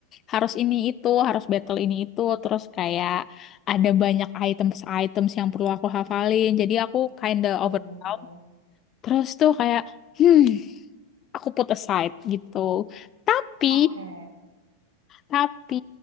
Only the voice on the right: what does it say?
Betul,
betul.
Oke,